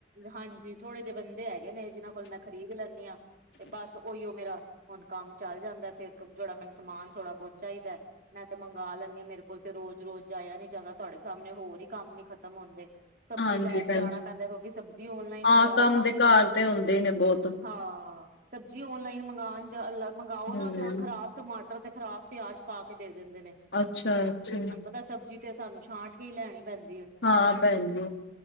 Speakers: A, on the right (about 50°); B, on the left (about 70°).
A: ਹਾਂਜੀ, ਥੋੜੇ ਜਿਹੇ ਬੰਦੇ ਹੈਗੇ ਨੇ, ਜਿਹਨਾਂ ਕੋਲ ਮੈਂ ਖਰੀਦ ਲੈਂਦੀ ਹਾਂ ਤੇ ਬਸ ਉਹੀਓ ਮੇਰਾ ਹੁਣ ਕੰਮ ਚੱਲ ਜਾਂਦਾ, ਫੇਰ ਜਿਹੜਾ ਮੈਨੂੰ ਸਮਾਨ ਥੋੜਾ ਬਹੁਤ ਚਾਹੀਦਾ ਮੈਂ ਤੇ ਮੰਗਵਾ ਲੈਂਦੀ ਆਂ, ਮੇਰੇ ਕੋਲ ਤੇ ਰੋਜ਼ ਰੋਜ਼ ਜਾਇਆ ਨੀ ਜਾਂਦਾ, ਤੁਹਾਡੇ ਸਾਹਮਣੇ ਹੋਰ ਹੀ ਕੰਮ ਨੀ ਖਤਮ ਹੁੰਦੇ ਸਬਜ਼ੀ
B: ਹਾਂਜੀ
A: ਲੈਣ
B: ਭੈਣ
A: ਜਾਣਾ
B: ਜੀ
A: ਪੈਂਦਾ, ਕਿਉਂਕਿ ਸਬਜ਼ੀ ਓਨਲਾਈਨ
B: ਹਾਂ
A: ਮੰਗਾਓ
B: ਕੰਮ
A: ਨਾ,
B: ਦੇ ਘਰ ਤੇ ਹੁੰਦੇ ਹੀ ਨੇ ਬਹੁਤ
A: ਹਾਂ। ਜੀ ਓਨਲਾਈਨ, ਮੰਗਉਣ ਮੰਗਵਾਓ ਨਾ,
B: ਹਮ
A: ਤੇ ਉਹ ਖ਼ਰਾਬ ਟਮਾਟਰ, ਤੇ ਖ਼ਰਾਬ ਪਿਆਜ ਪਾ ਕੇ ਦੇ ਦਿੰਦੇ ਨੇ।
B: ਅੱਛਾ- ਅੱਛਾ।
A: ਤਾਂ ਸਬਜ਼ੀ, ਤੇ ਸਾਨੂੰ ਛਾਂਟ ਕੇ ਹੀ ਲੈਣੀ ਪੈਂਦੀ ਏ।
B: ਹਾਂ, ਭੈਣ ਜੀ।